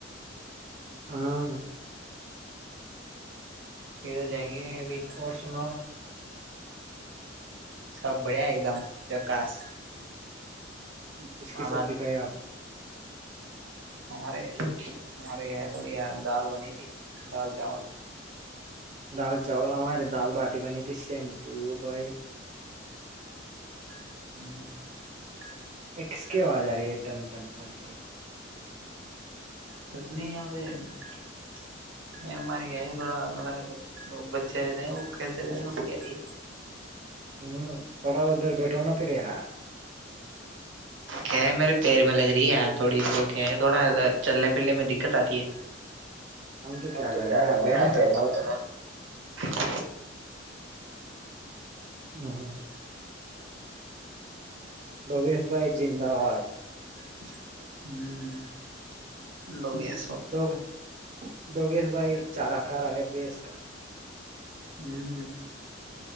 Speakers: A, on the right; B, on the right.
A: ہاں
B: ہ ادھر جائیں گے ابھی
A: اور سنا
B: سب بڑھیا ایک دم جکاس
A: کس
B: ہمارے
A: کیس سبزی کھائی آپ نے
B: ہمارے ہمارے یہاں تھوڑی یہ دال بنی تھی دال چاول
A: دال چاول ہمارے دال باٹی بنی تھی سیم ٹوب بائی
B: <inaudible>
A: اس کیواز آ رہی ہے تن تن تن تن
B: کچھ نہیں یہاں پہ ہمارے کیا تھوڑا ہمارے وہ بچے رہتے ہیں وہ کھیلتے رہتے ہیںے
A: ہوں تھوڑا ادھر بیٹھا نہ پریا
B: کیا ہے میرے پیر میں لگ رہی ہے یار تھوڑی تو کیا ہے تھوڑا چلنے پھرنے میں دقت آتی ہے
A: ہم تو
B: سم توو کیا
A: یار
B: کریں
A: بیلنا پڑے
B: نہ
A: گا وہ
B: پڑ
A: تو <unintelligible> بھائی شہباز
B: <unintelligible> ہو گیا
A: ڈگ ڈوگیش بھائی چارہ کارا ہے بیس کا
B: ہوں